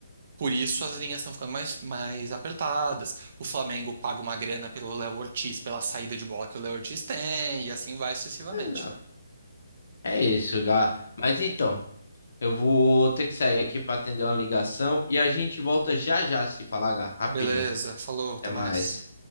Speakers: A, on the right; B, on the left.
A: Por isso as linhas estão ficando mais, mais apertadas. O Flamengo paga uma grana pelo Léo Ortiz, pela saída de bola que o Léo Ortiz tem, e assim vai sucessivamente,
B: Exato.
A: né?
B: É isso, Gá. Mas então, Eu vou ter que sair aqui para atender uma ligação e a gente volta já já se falar rapidinho.
A: Beleza, falou, até
B: Até mais.
A: mais.